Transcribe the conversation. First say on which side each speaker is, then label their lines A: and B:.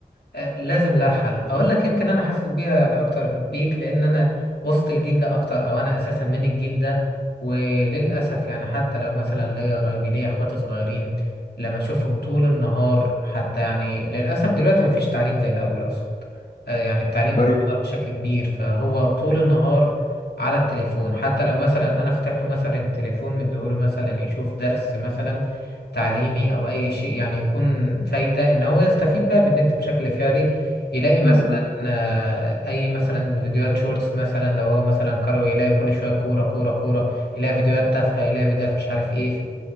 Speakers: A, on the left; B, on the left.
A: آه، لازم لها حل اقول لك يمكن انا حاسس بيها يعني اكتر بيك لان انا وسط الجيل ده اكتر او انا اساسا من الجيل ده وللاسف يعني حتى لو مثلا ليا قرايبي ليا اخواتي صغيرين لما اشوفهم طول النهار حتى يعني للاسف دلوقتي مفيش تعليم زي الاول اصلا آه، يعني التعليم
B: صحيح.
A: انحدر بشكل كبير فهو طول النهار على التليفون حتى لو مثلا انا فتح له مثلا التليفون مديهوله مثلا يشوف درس مثلا تعليمي او اي شيء يعني يكون فايده ان هو يستفيد بقى بالنت بشكل فعلي يلاقي مثلا
B: مم، مم.
A: آه، اي مثلا فيديوهات شورتس مثلا لو هو مثلا كروي يلاقي كل شويه كوره كوره كوره يلاقي فيديوهات تافهه يلاقي فيديوهات مش عارف ايه